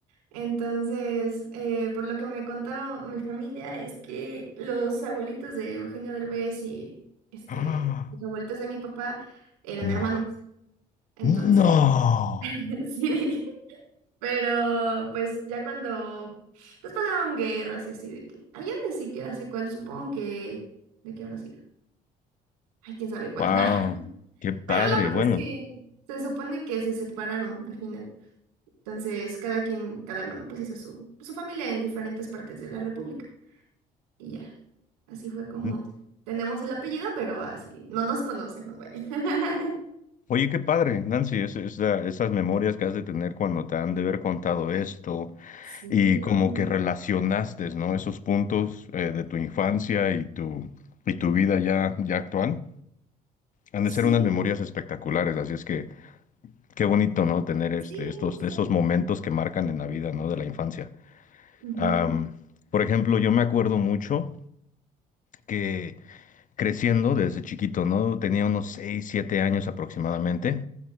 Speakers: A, on the right; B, on the left.
A: Entonces, eh, por lo que me contaron mi familia, es que los abuelitos de Eugenio Derbez y, este,
B: Ah,
A: los abuelitos de mi papá eran
B: No,
A: hermanos. Entonces,
B: no.
A: <laughs> Sí, pero pues ya cuando pues pasaron guerras y así de que allá ni siquiera sé cuál, supongo que de qué habrá sido. Ay, quién sabe cuál.
B: Wow,
A: <laughs>
B: qué padre.
A: Pero la cosa
B: Bueno,
A: es que se supone que se separaron al final. Entonces, cada quien, cada hermano pues hizo su su familia en diferentes partes de la República y ya. Así fue como
B: n-
A: tenemos el apellido, pero así no nos conocemos, vaya. <laughs>
B: oye, qué padre, Nancy, es- esa- esas memorias que has de tener cuando te han de haber contado esto.
A: Sí,
B: y
A: no,
B: como
A: no.
B: que relacionaste, ¿no? Esos puntos eh, de tu infancia y tu, y tu vida ya, ya actual. Han
A: Sí,
B: de ser unas memorias espectaculares, así es que qué bonito, ¿no? Tener este,
A: sí,
B: estos,
A: está.
B: estos momentos que marcan en la vida, ¿no? De la infancia.
A: Ujú.
B: Am, por ejemplo, yo me acuerdo mucho que creciendo desde chiquito, ¿no? Tenía unos 6 7 años aproximadamente